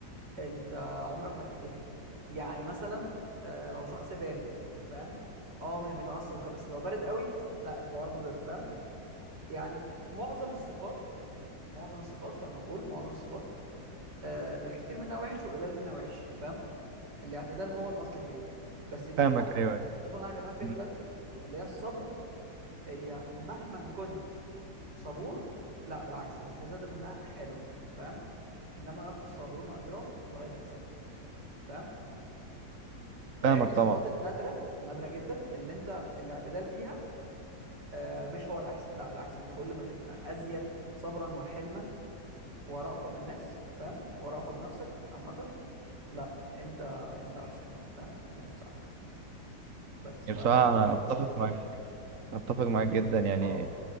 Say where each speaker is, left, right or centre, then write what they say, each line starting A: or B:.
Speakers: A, on the right; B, on the right.
A: انت عمرك ما تكتفي يعني مثلا آه، لو شخص بارد فاهم اه مش بيتعصب وكده بس لو بارد قوي لا الحوار مضر فاهم يعني معظم الصفات معظم الصفات فلنقول معظم الصفات آه الكتير منها وحش والقليل منها وحش فاهم الاعتدال هو الاصل فيها بس دي
B: فاهمك
A: فعلا
B: ايوه ايوه
A: الصفه اللي انا هكلمك فيها
B: مم.
A: دلوقتي دي اللي هي الصبر هي مهما كنت صبور لا بالعكس الاستزاده منها حلوه فاهم انما يوفى الصابرون اجرهم بغير حساب فاهم فهي
B: فاهمك
A: من الصفات
B: طبعا
A: النادره النادره جدا اللي انت الاعتدال فيها آه، مش هو الاحسن لا بالعكس انت كل ما تبقى ازيد صبرا وحلما ورأفة بالناس فاهم ورأفة بنفسك عامه لا انت انت احسن يعني فاهم انت شخص احسن بس
B: يعني
A: فالواحد
B: بصراحة انا
A: بيحاول
B: اتفق
A: يبقى صبور
B: معاك
A: يعني
B: اتفق معاك جدا يعني
A: اه